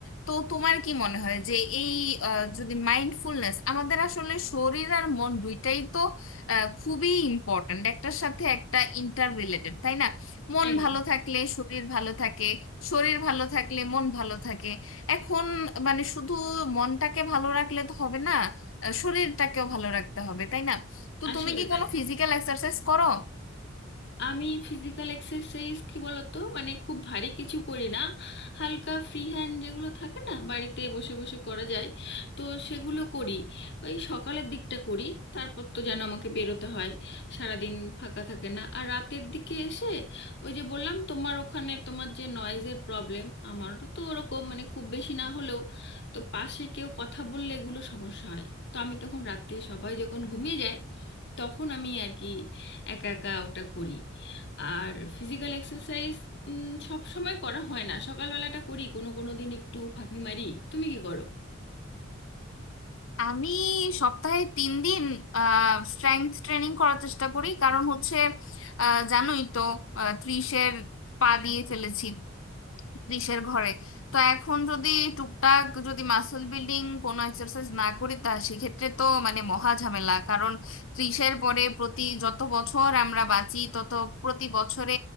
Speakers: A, on the left; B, on the left.
A: তো তোমার কি মনে হয় যে এই আহ, যদি মাইন্ডফুলনেস আমাদের আসলে শরীর আর মন দুইটাই তো আহ, খুবই ইম্পর্ট্যান্ট একটার সাথে একটা ইন্টার রিলেটেড তাই না মন
B: একদম
A: ভালো থাকলে শরীর ভালো থাকে শরীর ভালো থাকলে মন ভালো থাকে এখন মানে শুধু মনটাকে ভালো রাখলে তো হবে না আহ, শরীরটাকেও ভালো রাখতে হবে তাই না তো
B: আসলে
A: তুমি কি
B: তাই
A: কোনো ফিজিক্যাল এক্সারসাইজ করো
B: আমি ফিজিক্যাল এক্সারসাইজ কি বলতো মানে খুব ভারী কিছু করি না হালকা ফ্রি হ্যান্ড যেগুলো থাকে না বাড়িতে বসে বসে করা যায় তো সেগুলো করি ওই সকালের দিকটা করি তারপর তো যেন আমাকে বেরোতে হয় সারাদিন ফাঁকা থাকে না আর রাতের দিকে এসে ওই যে বললাম তোমার ওখানে তোমার যে নয়েজের প্রবলেম আমারও তো ওরকম মানে খুব বেশি না হলেও তো পাশে কেউ কথা বললে এগুলো সমস্যা হয় তো আমি তখন রাতে সবাই যখন ঘুমিয়ে যায় তখন আমি আর কি একা একা ওটা করি আর ফিজিক্যাল এক্সারসাইজ সব সময় করা হয় না সকালবেলাটা করি কোনো কোনো দিন একটু ফাঁকি মারি তুমি কি করো
A: আমি সপ্তাহে তিন দিন স্ট্রেংথ ট্রেনিং করার চেষ্টা করি কারণ হচ্ছে আহ, জানোই তো আহ, ত্রিশের পা দিয়ে ফেলেছি ত্রিশের ঘরে তো এখন যদি টুকটাক যদি মাসল বিল্ডিং কোনো এক্সারসাইজ না করি তা সেক্ষেত্রে তো মানে মহা ঝামেলা কারণ ত্রিশের পরে প্রতি যত বছর আমরা বাঁচি তত প্রতি বছরে